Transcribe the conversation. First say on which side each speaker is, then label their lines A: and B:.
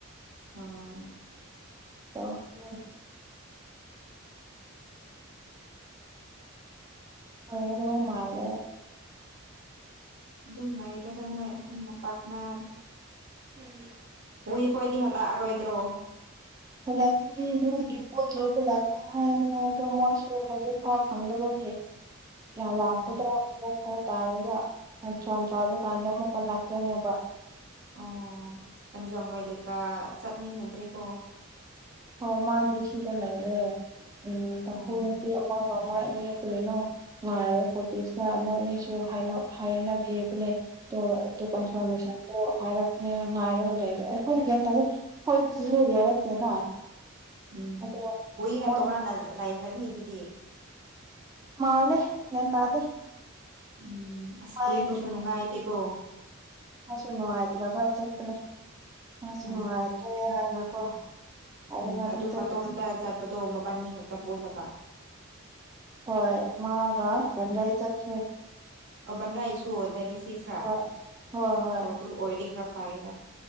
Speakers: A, on the right (about 55°); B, on the right (about 15°).
A: ꯑꯣ
B: ꯇꯧꯔꯛ ꯇ꯭ꯔꯦ ꯑꫭꯒꯗꯧꯕ ꯃꯥꯜꯂꯦ
A: ꯑꯗꯨꯝ ꯂꯩꯔꯗ ꯅꯣꯏ ꯑꯍꯨꯝꯅ ꯄꯥꯛꯅꯔ <unintelligible>
B: ꯎꯝ
A: ꯍꯨꯏꯈꯣꯏꯗꯤ ꯍꯜꯂꯛꯑꯔꯣꯏꯗ꯭ꯔꯣ
B: ꯍꯂꯛꯅꯤ ꯃꫭꯏꯒꯤ ꯄꯣꯠ ꯂꯧꯕ ꯂꯥꯛ ꯐꯔ ꯐꯔ ꯑꯗꯣ ꯃꯣꯏꯁꯨ ꯍꯧꯖꯤꯛ ꯐꯥꯎ ꯐꯪꯗꯕꯒꯤ <unintelligible>
A: ꯑꯣ
B: ꯇꯥꯔꯒ ꯑꯟꯁ꯭ꯋꯥꯟ ꯇꯥꯕ ꯀꯥꯟꯗ ꯑꯃꯨꯛꯀ ꯂꯥꯛꯇꯣꯏꯅꯦꯕ
A: ꯑꯣ ꯂꯝꯖꯣꯡꯒꯣꯏꯂꯩꯀ ꯆꯠꯃꯤꯟꯅꯗ꯭ꯔꯦꯀꯣ
B: ꯍꯣꯏ ꯃꯥꯗꯤ ꯁꯤꯗ ꯂꯩꯔꯦ ꯎꯝ ꯇꯥꯡꯈꯨꯜ
A: ꯑꯣ
B: ꯅꯨꯄꯤ ꯑꯃꯒ ꯃꯣꯏ ꯑꯅꯤ ꯀꯂꯩꯅꯣ ꯅꯨꯡꯉꯥꯏꯔꯦ ꯐꯣꯔꯇꯤꯁꯇ ꯃꯣꯏ ꯑꯅꯤꯁꯨ ꯍꯥꯏꯅ ꯍꯥꯏꯅꯕꯤꯕꯅꯦ ꯇꯣ ꯑꯇꯣꯞ
A: ꯑꯣ
B: ꯀꯟꯐꯔꯃꯦꯁꯟꯗꯣ ꯍꯥꯏꯔꯛ ꯅꯦ ꯉꯥꯏꯔꯒ ꯂꯩꯔꯦ ꯑꯩꯈꯣꯏ ꯅꯦꯠ ꯇꯧꯏ ꯈꯣꯏ ꯁꯤꯖꯨ ꯌꯥꯎꯔꯛꯇꯦꯅ
A: ꯎꯝ
B: ꯑꯗꯣ
A: ꯒꯣꯏꯒ
B: ꯃꯣꯏ
A: ꯇꯣꯉꯥꯟꯅ ꯂꯩꯈ꯭ꯔꯅꯤ ꯑꯗꯨꯗꯤ
B: ꯃꯥꯜꯂꯦ ꯒ꯭ꯌꯥꯟ ꯇꯥꯗꯦ
A: ꯎꯝ ꯑꯁ
B: ꯍꯌꯦꯡ
A: ꯄꯨꯏꯕꯁꯨ ꯅꯨꯡꯉꯥꯏꯇꯦꯀꯣ
B: ꯃꯥꯁꯨ ꯅꯨꯡꯉꯥꯏꯇ꯭ꯔꯥꯒ ꯆꯠꯄꯅꯦ ꯃꯥꯁꯨ
A: ꯑꯣ
B: ꯅꯨꯡꯉꯥꯏꯇ꯭ꯔꯦ ꯍꯥꯏꯅꯀꯣ ꯍꯥꯏꯔꯒꯗꯤ
A: ꯎꯝ ꯑꯗꯨ
B: ꯆꯠ
A: ꯃꯇꯣꯝꯇ ꯆꯠꯄꯗꯣ ꯃꯕꯥꯅꯤ ꯈꯛꯇ ꯄꯨꯜꯂꯒ
B: ꯍꯣꯏ ꯃꯥꯒ ꯕꯂꯣꯏ ꯆꯊꯣꯏ
A: ꯑꯣꯕꯅꯩꯁꯨ ꯗꯅꯤꯁꯤꯁꯔꯥ
B: ꯍꯣꯏ ꯍꯣꯏ ꯍꯣꯏ
A: ꯑꯣ ꯇꯨ ꯑꯣꯏꯔꯗꯤ ꯈꯔ ꯐꯔꯦꯗ